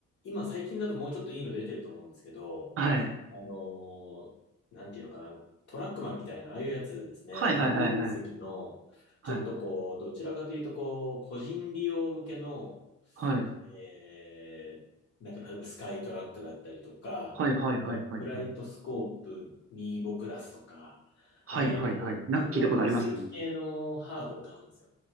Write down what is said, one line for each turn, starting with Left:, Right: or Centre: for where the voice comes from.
Left: 今最近だともうちょっといいの出てると思うんですけど、
Right: はい。
Left: あのーなんていうのかな、トラックマンみたいな、ああいうやつですね、
Right: はいはいはいはい
Left: 弾道分析の、
Right: はい。
Left: ちょっとこう、どちらかというとこう、個人利用向けの、
Right: はい。
Left: えー、なんか例えばスカイトラックだったりとか、
Right: はいはいはいはいはい。
Left: フラ、フライトスコープミーボプラスとか、
Right: はいはいはい。
Left: ああいうこう、
Right: なんか聞いたことありますね。
Left: 弾道分析系のハードを買うんですよ。